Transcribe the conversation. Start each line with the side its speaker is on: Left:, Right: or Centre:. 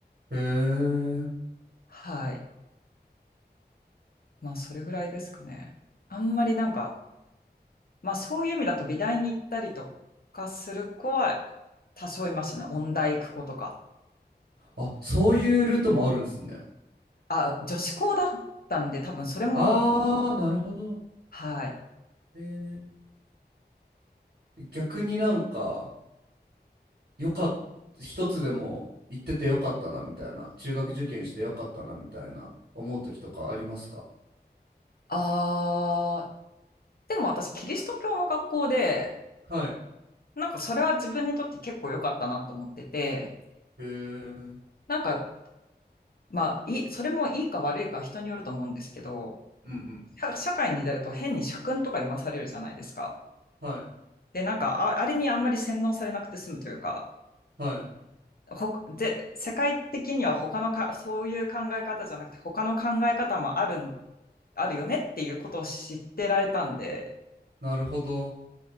Right: へえ。
Left: はい。まあそれぐらいですかね。あんまりなんか、まあそういう意味だと美大に行ったりとかする子は多少いましたね。音大行く子とか。
Right: あ、そういうルートもあるんですね。
Left: あ、女子校だったんで多分それも、
Right: ああ、なるほど。
Left: はい。
Right: へえ逆になんか、よかっ一つでも行っててよかったなみたいな、中学受験してよかったなみたいな思う時とかありますか
Left: あー、でも私キリスト教の学校で、
Right: はい。へ
Left: なんかそれは自分にとって結構良かったなと思ってて、
Right: え。うん
Left: なんかまあいい、それもいいか悪いかは人によると思うんですけど、
Right: うん。
Left: 社社会に出ると変に社訓とか読まされるじゃないですか。
Right: はい。
Left: で、なんかあ、あれにあんまり洗脳されなくて済むというか、
Right: はい。
Left: ほで世界的には他のか、そういう考え方じゃなくて他の考え方もあるん、あるよねっていうことを知ってられたんで、
Right: なるほど。